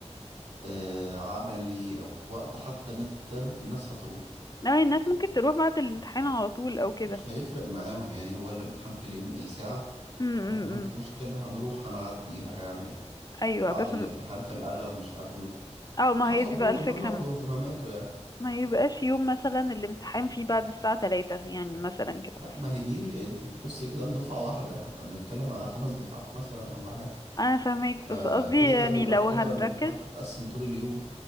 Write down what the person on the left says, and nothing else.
<laughs> لا الناس ممكن تروح بعد الامتحان على طول او كده
م-
م-
م.
ايوه
بس
م-
اه ما
هي دي
بقى الفكرة
م-
ما يبقاش يوم مثلا الامتحان فيه بعد الساعة 3 يعني مثلا كده
انا فاهمك
بس قصدي
يعني
لو
هنركز